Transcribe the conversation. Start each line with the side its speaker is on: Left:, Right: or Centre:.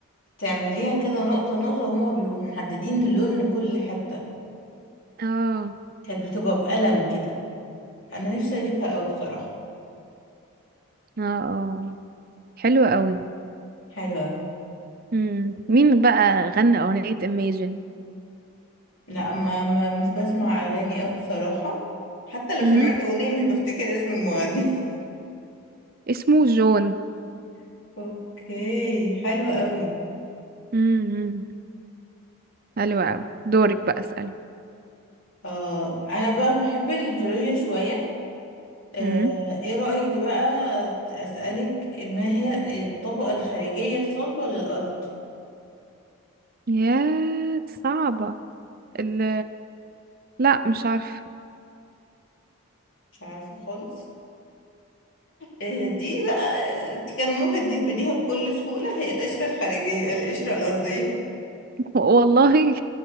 Left: تعمليها كده نقطة نقطة هما بيبقوا محددين اللون لكل حتة
Right: اه
Left: كانت بتبقى بقلم كده انا نفسي اجيبها اوي بصراحة
Right: اه اه حلوة قوي
Left: حلوة أوي.
Right: مم. مين بقى غنى أغنية Imagine
Left: لا ما ما- مش بسمع اغاني أوي بصراحة حتى لو
Right: مم.
Left: سمعت اغنية مش بفتكر اسم المغني
Right: اسمه جون
Left: <laughs> اوكي حلو قوي
Right: مم. حلوة قوي دورك بقى اسألي
Left: اه انا بقى بحب الجيولوجيا شوية آه،
Right: مم.
Left: ايه رأيك بقى اسألك ما هي الطبقة الخارجية الصلبة للأرض
Right: يا دي صعبة ال لا مش عارفة
Left: مش عارفة خالص آه، دي بقى كان ممكن تهبديها بكل سهولة هي القشرة الخارجية القشرة الأرضية
Right: <laughs> والله